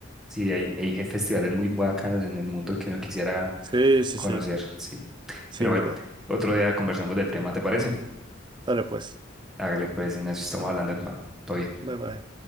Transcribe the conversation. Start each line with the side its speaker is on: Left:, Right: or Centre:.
Centre: sí, hay, hay je- festivales muy bacanos en el mundo que uno quisiera
Right: Sí, sí,
Centre: conocer,
Right: sí,
Centre: sí.
Right: sin
Centre: Pero bueno,
Right: duda.
Centre: otro día conversamos del tema, ¿te parece?
Right: Dale pues.
Centre: Hágale pues, Ignacio, estamos hablando en mar. Todo bien.
Right: Bye, bye.